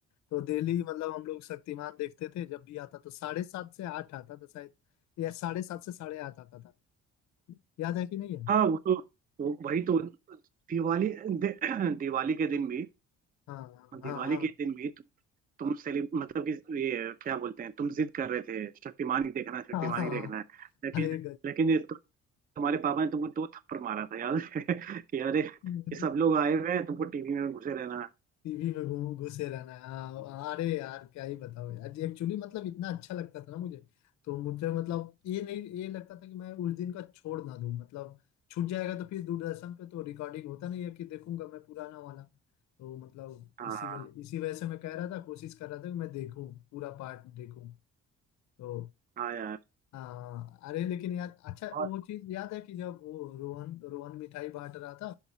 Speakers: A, on the left; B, on the right.
A: तो डेली मतलब हम लोग शक्तिमान देखते थे जब भी आता तो साढ़े सात से आठ आता था शायद या साढ़े सात से साढ़े आठ आता था याद है कि नहीं है
B: हाँ वो तो, तो वही तो दिवाली दे, <clears throat> दिवाली के दिन भी
A: हाँ हाँ
B: दिवाली
A: हाँ
B: के दिन भी तु, तुम सेलि मतलब कि ये क्या बोलते हैं तुम जिद कर रहे थे शक्तिमान ही देखना है शक्तिमान
A: हाँ हाँ हाँ,
B: ही देखना
A: हाँ।
B: है लेकिन
A: अरे
B: लेकिन ये तो, तुम्हारे पापा ने तुमको दो थप्पड़ मारा था याद है? <laughs> कि अरे कि
A: गजब
B: सब लोग आए हुए हैं तुमको टीवी में घुसे रहना है।
A: टीवी में घूम घुसे रहना हाँ, अरे यार क्या ही बताओ यार एक्चुअली मतलब इतना अच्छा लगता था ना मुझे तो मुझे मतलब ये नहीं ये लगता था कि मैं उस दिन का छोड़ ना दूं मतलब छूट जाएगा तो फिर दूरदर्शन पे तो रिकॉर्डिंग होता नहीं है कि देखूंगा मैं पुराना वाला तो मतलब
B: हाँ
A: इसी वजह इसी वजह से मैं कह रहा था कोशिश कर रहा था कि मैं देखूं पूरा पार्ट देखूं तो
B: हाँ यार
A: हाँ अरे लेकिन यार अच्छा
B: और
A: वो चीज याद है कि जब वो रोहन रोहन मिठाई बांट रहा था